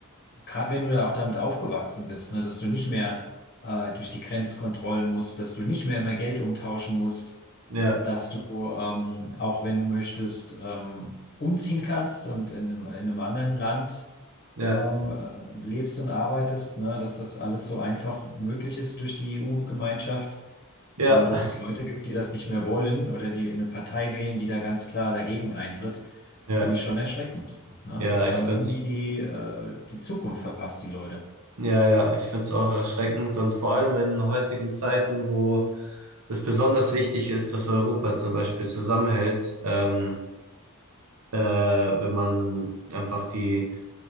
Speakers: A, on the left; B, on the right.
A: gerade wenn du da auch damit aufgewachsen bist, ne, dass du nicht mehr äh, durch die Grenzkontrollen musst, dass du nicht mehr immer Geld umtauschen musst
B: ja,
A: dass du, ähm, auch wenn du möchtest, ähm, umziehen kannst und in, einem- in einem anderen Land
B: ja,
A: ähm, äh, lebst und arbeitest, ne, dass das alles so einfach möglich ist durch die EU-Gemeinschaft,
B: ja,
A: äh, dass es Leute gibt, die das nicht mehr wollen oder die eine Partei wählen, die da ganz klar dagegen eintritt,
B: ja,
A: finde ich schon erschreckend. Ne?
B: ja,
A: Die
B: ich
A: haben
B: find's,
A: irgendwie die, äh, die Zukunft verpasst, die Leute.
B: ja, ja, ich find's auch erschreckend und vor allem in heutigen Zeiten, wo es besonders wichtig ist, dass Europa zum Beispiel zusammenhält, ähm, äh, wenn man einfach die